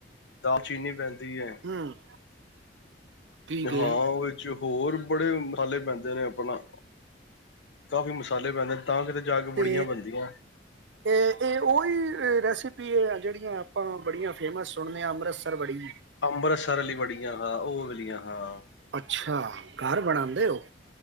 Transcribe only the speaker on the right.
ਹੂੰ ਠੀਕ
ਹੈ
ਤੇ
ਇਹ ਇਹ ਉਹੀ ਰੈਸਿਪੀ ਜਿਹੜੀਆਂ ਆਪਾਂ ਬੜੀਆਂ ਫੇਮਸ ਸੁਣਿਆਂ ਅੰਮ੍ਰਿਤਸਵੜੀ।
ਅੱਛਾ ਘਰ ਬਣਉਂਦੇ ਹੋ।